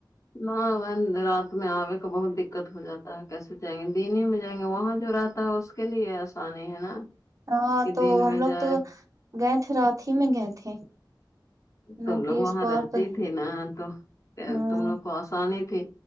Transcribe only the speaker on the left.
نہ بہن رات میں آے کو بہت دکت ہو جاتا ہے کیسے جائیں گے دن ہی میں جائیں گے وہاں جو رہتا ہے اس کے لیے آسانی ہے نا
کہ
دن
میں
جائے
تم
لوگ
وہاں
رہتی
تھی نا تو
تم لوگ کو آسانی تھی